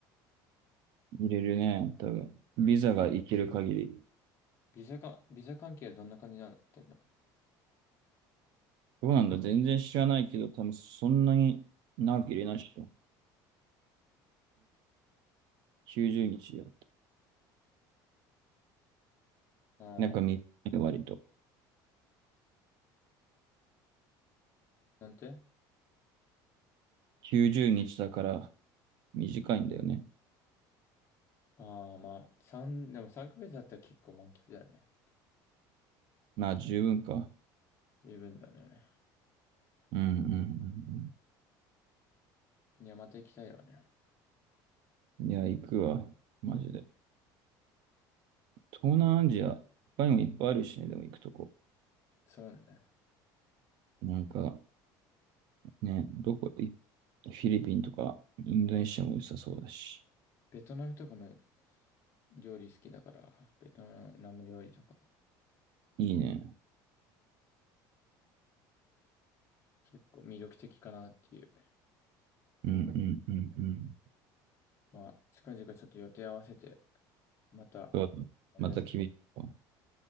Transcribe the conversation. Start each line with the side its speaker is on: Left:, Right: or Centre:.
Right: 入れるね、多分。ビザが行ける限り。
Left: ビザか、ビザ関係はどんな感じになってんだ
Right: どうなんだ全然知らないけど、多分そんなに長く入れないっしょ。90日だ。
Left: ああー、
Right: なんか短いの割と。
Left: なんて
Right: 90日だから短いんだよね。
Left: ああ、まあ、三、でも3ヶ月だったら結構満喫だよね。
Right: まあ十分か。
Left: 十分だね。
Right: うんうんうん
Left: いや、また行きたいわね。
Right: うん。いや、行くわ。マジで。東南アジア、他にもいっぱいあるしね、でも行くとこ。
Left: そうね。
Right: なんか、ね、どこ、いフィリピンとか、インドネシアも良さそうだし。
Left: ベトナムとかも料理好きだから、ベトナム料理とか、
Right: いいね。
Left: 結構魅力的かなっていう。
Right: うんうんうんうん。
Left: まあ、近々ちょっと予定合わせて、また
Right: そうだ。
Left: 連、
Right: また君と。